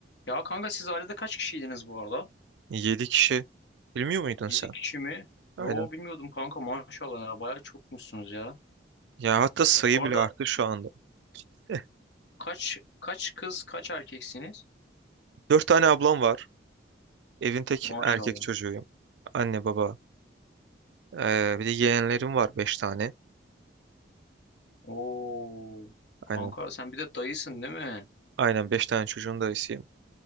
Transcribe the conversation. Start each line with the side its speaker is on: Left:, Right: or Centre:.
Left: Ya kanka siz ailede kaç kişiydiniz bu arada?
Right: 7 kişi. Bilmiyor muydun sen?
Left: 7 kişi mi?
Right: Aynen.
Left: Yo bilmiyordum kanka maşallah ya bayağı çokmuşsunuz ya.
Right: Ya hatta sayı
Left: Bu arada
Right: bile arttı şu anda. <laughs>
Left: kaç kaç kız kaç erkeksiniz?
Right: Dört tane ablam var. Evin tek
Left: Maşallah.
Right: erkek çocuğuyum. Anne baba. Ee, bir de yeğenlerim var beş tane.
Left: Oo
Right: Aynen.
Left: kanka sen bir de dayısın değil mi?
Right: Aynen beş tane çocuğun dayısıyım.